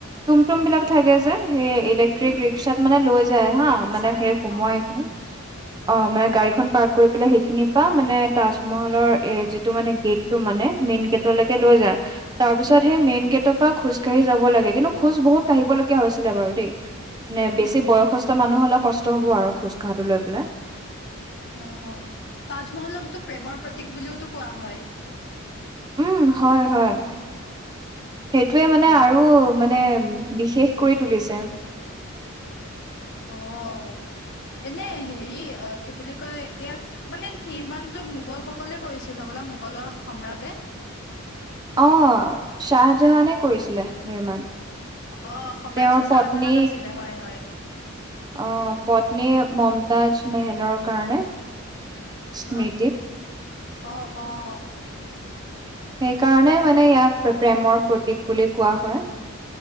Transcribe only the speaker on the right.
তুমটুম বিলাক থাকে যে সেই এলেক ট্ৰিক‌
ৰিক্সাত মানে লৈ যায় হা
মানে সেই সোমাইখিনি
অ মানে গাড়ীখন পাৰ্ক কৰি পেলাই সেইখিনিৰ পৰা মানে তাজমহলৰ এ যিটো মানে গেট টো মানে মেইন গেটলৈকে লৈ যায়, তাৰ পিছত
সেই মেইন গেটৰ পৰা খোজ কঢ়ি যাব লাগে কিন্তু খোজ বহুত কাঢ়িবলগীয়া হৈছিলে বাৰু দেই। মানে
বেছি বয়সস্থ মানুহ হ'লে কষ্ট হ'ব আৰু খোজ কহাঢ়ো লৈ পেলাই।
উম হয় হয় সেইটোৱে
মানে আৰু মানে বিশেষ কৰি তুলিছে।
অহ শাহজাহানে কৰিছিলে নিৰ্মাণ।
তেওঁৰ পত্নী
অ পত্নী মমতাজ মেহেলৰ কাৰণে স্মৃতিত
সেইকাৰণে মানে ইয়াক প্ৰে প্ৰেমৰ প্ৰতীক বুলি কোৱা হয়।